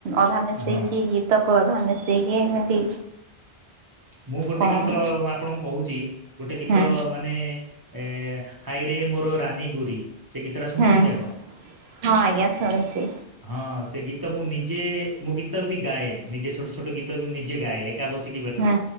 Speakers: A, on the right (about 70°); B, on the right (about 20°).
A: ଅଧା ମିଶେଇକି
B: ହଁ
A: ଗୀ ତକୁ ଅଧା ମିଶେଇକି ଏମିତି
B: ମୁଁ ଗୋଟେ
A: କଣ
B: ଗୀତ
A: ହୁଁ
B: ଆପଣଙ୍କୁ କହୁଛି ଗୋଟେ ଗୀତ
A: ହୁଁ
B: ମାନେ ଏ ହାଇରେ ମୋର ରାନୀ ଗୁ ରି, ସେ ଗୀତଟା ଶୁଣିଛନ୍ତି
A: ହଁ
B: ଆପଣ?
A: ଆଜ୍ଞା ଶୁଣିଛି
B: ହଁ ସେ ଗୀତ ମୁଁ ନିଜେ ମୁଁ ଗୀତ ବି ଗାଏ ନିଜେ ଛୋଟ ଛୋଟ ଗୀତ ବି ମୁଁ ନିଜେ ଗାଏ, ଏକା ବସି
A: ହୁଁ,